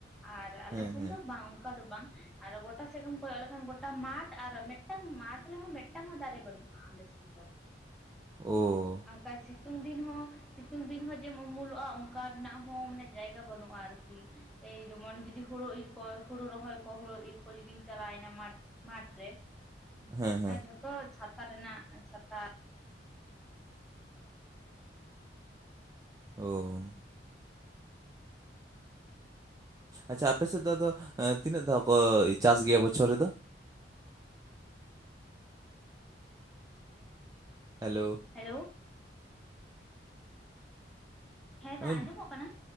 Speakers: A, in the centre; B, on the right.
A: ᱟᱨ ᱟᱞᱮ
B: ᱦᱮᱸ
A: ᱥᱮᱱ
B: ᱦᱮᱸ
A: ᱫᱚ ᱵᱟᱝ ᱚᱝᱠᱟ ᱫᱚ ᱵᱟᱝ ᱟᱨ ᱜᱚᱴᱟ ᱥᱮᱜ ᱮᱢ ᱠᱚᱭᱚᱜ ᱞᱮᱠᱷᱟᱱ ᱜᱚᱴᱟ ᱢᱟᱴᱷ ᱟᱨ ᱢᱮᱫᱴᱟᱝ ᱢᱟᱴᱷ ᱨᱮᱦᱚᱸ ᱢᱮᱫᱴᱟᱝ ᱦᱚᱸ ᱫᱟᱨᱮ ᱵᱟᱹᱱᱩᱜ ᱟᱞᱮ ᱥᱮᱱ ᱫᱚ᱾
B: ᱳ᱾
A: ᱚᱝᱠᱟᱭ ᱥᱤᱛᱩᱝ ᱫᱤᱱ ᱦᱚᱸ ᱥᱤᱛᱩᱝ ᱫᱤᱱ ᱦᱚᱸ ᱡᱮᱢᱩᱢᱩᱞᱚᱜᱼᱟ ᱚᱱᱠᱟ ᱨᱮᱱᱟᱜ ᱦᱚᱸ ᱢᱟᱱᱮ ᱡᱟᱭᱜᱟ ᱵᱟᱹᱱᱩᱜᱼᱟ ᱟᱨᱠᱤ᱾ ᱮᱭ ᱡᱮᱢᱚᱱ ᱡᱩᱫᱤ ᱦᱳᱲᱳ ᱤᱨᱠᱚ ᱦᱳᱲᱳ ᱨᱚᱦᱚᱭ ᱠᱚ ᱦᱳᱲᱳ ᱤᱨ ᱠᱚ ᱡᱩᱫᱤᱢ ᱪᱟᱞᱟᱭᱮᱱᱟ ᱢᱟᱴᱷ ᱢᱟᱴᱷ ᱨᱮ
B: ᱦᱮᱸ ᱦᱮᱸ
A: ᱟᱨ ᱡᱷᱚᱛᱚ ᱪᱷᱟᱛᱟ ᱨᱮᱱᱟᱜ ᱪᱷᱟᱛᱟ
B: ᱳᱢ᱾ ᱟᱪᱪᱷᱟ ᱟᱯᱮ ᱥᱮᱫ ᱫᱚ ᱟᱫᱚ ᱮᱸ ᱛᱤᱱᱟᱹᱜ ᱫᱷᱟᱣ ᱠᱚ ᱪᱟᱥ ᱜᱮᱭᱟ ᱵᱚᱪᱷᱚᱨ ᱨᱮᱫᱚ? ᱦᱮᱞᱳ᱾
A: ᱦᱮᱞᱳ᱾ ᱫᱟ
B: ᱦᱮᱸ
A: ᱟᱸᱡᱚᱢᱚᱜ ᱠᱟᱱᱟ